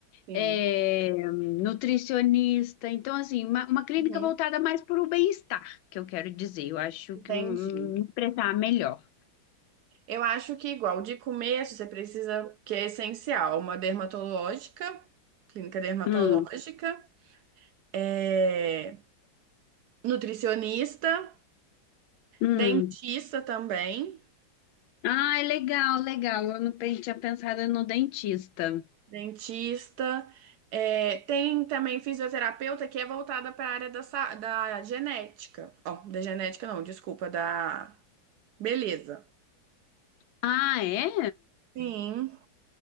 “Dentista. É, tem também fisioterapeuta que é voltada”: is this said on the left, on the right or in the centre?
Right